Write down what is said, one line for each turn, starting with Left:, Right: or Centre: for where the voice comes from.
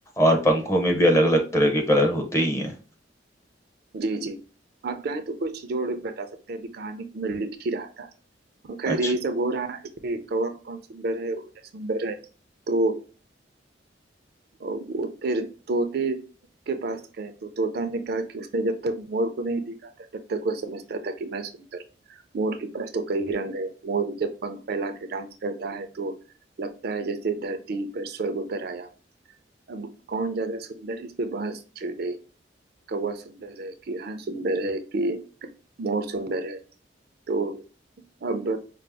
Left: और पंखों में भी अलग अलग तरह के कलर होते ही हैं
Right: जी जी आप चाहे तो कुछ जोड़ घटा सकते हैं अभी कहानी में लिख ही रहा था और खैर
Left: अच्छा
Right: यही सब हो रहा है कि कौवा कौन सुंदर है उड़े सुंदर है तो और वो फिर तोते के पास गए तो तोता ने कहा कि उसने जब तक मोर को नहीं देखा था तब तक वो समझता था कि मैं सुंदर हूं। मोर के पास तो कई रंग है मोर जब पंख फैला के डांस करता है तो लगता है जैसे धरती पर स्वर्ग उतर आया अब कौन ज्यादा सुंदर इस पे बहस छिड़ गई कौवा सुंदर है कि हंस सुंदर है कि मोर सुंदर है तो अब